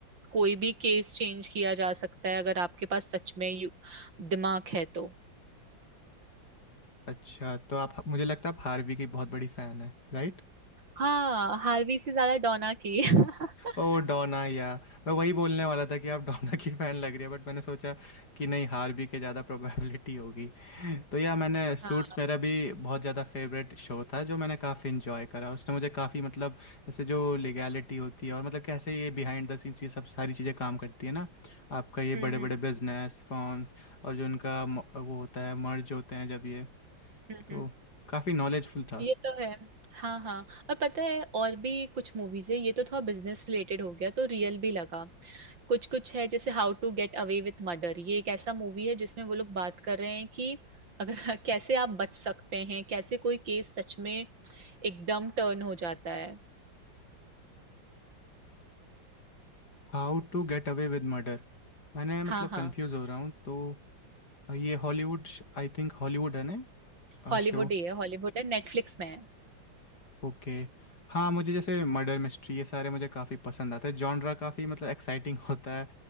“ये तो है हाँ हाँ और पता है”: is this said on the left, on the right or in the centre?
Right